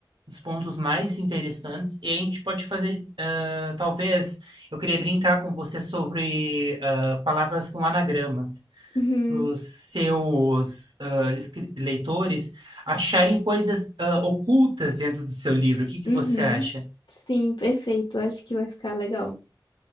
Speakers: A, on the right; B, on the left.
A: os pontos mais interessantes, e a gente pode fazer, ah, talvez, eu queria brincar com você sobre ah, palavras com anagramas,
B: Uhum,
A: para os seus ah, escri- leitores acharem coisas ah, ocultas dentro do seu livro. O que que
B: uhum.
A: você acha?
B: Sim, perfeito. Eu Acho que vai ficar legal.